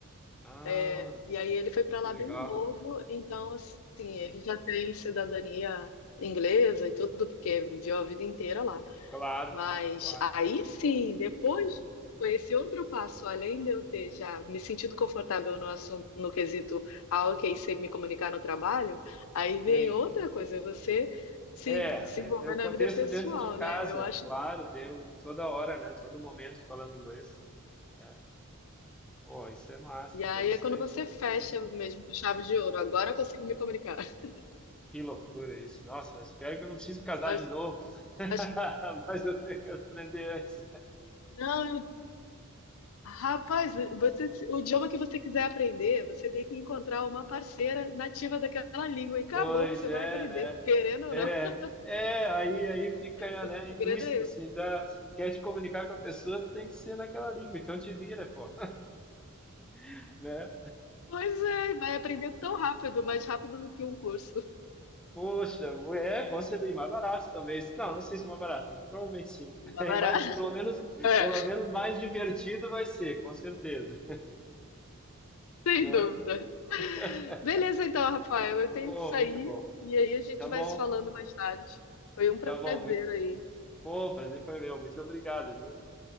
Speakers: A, in the centre; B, on the left.
A: Ah,
B: É, e aí ele foi para
A: que
B: lá
A: legal.
B: bem novo, então assim, ele já tem cidadania inglesa e tudo, porque viveu a vida inteira lá.
A: Claro,
B: Mas
A: claro.
B: aí sim, depois foi esse outro passo, além de eu ter já me sentido confortável no assunto, no quesito, ah, ok, sei me comunicar no trabalho, aí vem
A: Sim.
B: outra coisa, você se
A: É,
B: desenvolver
A: aí é o contexto
B: na vida pessoal,
A: dentro de casa,
B: né? Eu acho
A: claro,
B: que.
A: deu toda hora, né? Todo momento falando inglês. É. Pô, isso é massa,
B: E aí
A: interessante.
B: é quando você fecha mesmo com chave de ouro, agora eu consigo me comunicar. <laughs>
A: Que loucura isso. Nossa, espero que eu não precise casar
B: Acho,
A: de novo. <laughs>
B: acho...
A: Mas eu tenho que aprender antes.
B: Não, Rapaz, você, o idioma que você quiser aprender, você tem que encontrar uma parceira nativa daquela língua e acabou,
A: Pois
B: você
A: é,
B: vai aprender,
A: né?
B: querendo
A: É,
B: ou não. <laughs>
A: é, aí, aí fica,
B: O
A: né,
B: segredo
A: implícito,
B: é esse.
A: assim, dá, quer te comunicar com a pessoa, tu tem que ser naquela língua, então te vira, pô, <laughs> né?
B: Pois é, vai aprender tão rápido, mais rápido do que um curso.
A: Poxa, é, com certeza, e mais barato talvez. Não, não sei se é mais barato, mas provavelmente sim.
B: <laughs>
A: <laughs>
B: Dá
A: E
B: barato.
A: mais, pelo menos,
B: É,
A: pelo menos mais divertido vai ser, com certeza,
B: <laughs> sem
A: né?
B: dúvida.
A: <laughs>
B: Beleza, então, Rafael, eu tenho
A: Pô,
B: que sair
A: muito bom.
B: e aí a gente
A: Tá
B: vai
A: bom,
B: se falando mais tarde. Foi um prazer
A: tá bom, muito.
B: aí.
A: Pô, o prazer foi meu. Muito obrigado, viu,